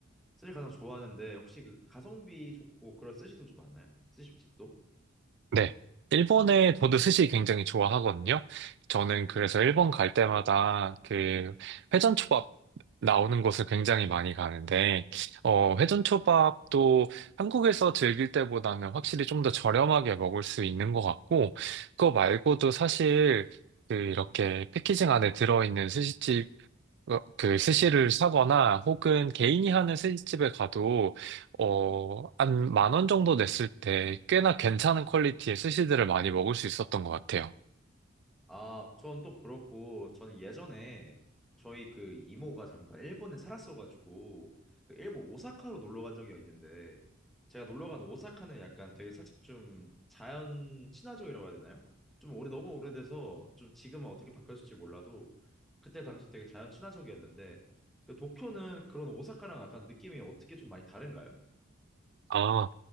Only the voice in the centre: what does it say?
스시 가장 좋아하는데, 혹시 그 가성비 좋고 그런 스시도 좀 많나요? 스시집도?
아, 전 또 그렇고, 저는 예전에 저희 그 이모가 잠깐 일본에 살았어가지고, 그 일본 오사카로 놀러 간 적이 있는데, 제가 놀러 간 오사카는 약간 되게 살짝 좀 자연 친화적이라고 해야 되나요? 좀 오래, 너무 오래돼서 좀 지금은 어떻게 바뀌었을지 몰라도, 그때 당시 되게 자연 친화적이었는데, 그 도쿄는 그런 오사카랑 약간 느낌이 어떻게 좀 많이 다른가요?